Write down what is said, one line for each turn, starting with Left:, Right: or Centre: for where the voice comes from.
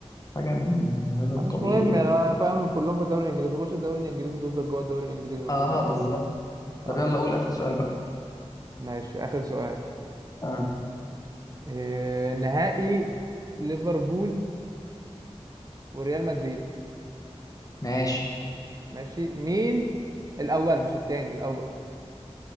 Left: حاجه من هذا القبيل
Right: مش مهم
Left: يعني
Right: يعني انا فاهم كلهم في الدوري الانجليزي بيخش الدوري الانجليزي بيفضل جوه الدوري الانجليزي ما
Left: اه
Right: بيطلعش
Left: بالظبط طب
Right: اه
Left: يلا قول اخر سؤال بقى
Right: ماشي اخر سؤال
Left: اه
Right: إيه نهائي ليفربول وريال مدريد
Left: ماشي
Right: ماشي مين الاول مش التاني الاول